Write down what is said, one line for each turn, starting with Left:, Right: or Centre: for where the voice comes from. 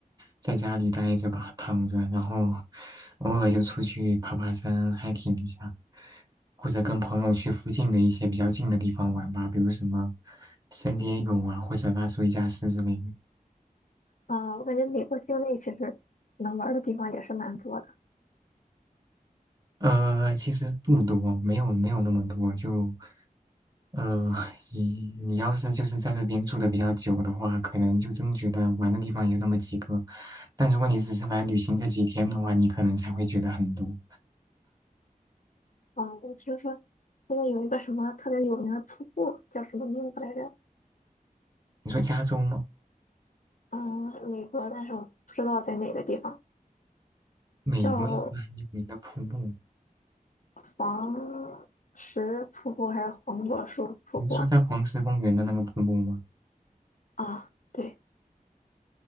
Right: 在家里待着吧，躺着，然后偶尔就出去爬爬山，hiking 一下，或者跟朋友去附近的一些比较近的地方玩吧，比如什么圣地亚哥啊，或者拉出一家斯之类的。
Left: 啊、我感觉美国境内其实能玩儿的地方也是蛮多的。
Right: 呃，其实不多，没有没有那么多，就呃，你你要是就是在这边住的比较久的话，可能就真觉得玩的地方也就那么几个。但如果你只是来旅行个几天的话，你可能才会觉得很多。
Left: 啊、我听说那边有一个什么特别有名的瀑布，叫什么名字来着？
Right: 你说加州吗？
Left: 嗯，美国，但是我不知道在哪个地方，
Right: 美国有个很有名的瀑布，
Left: 叫黄石瀑布还是黄果树瀑布
Right: 你是说在黄石公园的那个瀑布吗？
Left: 啊？对，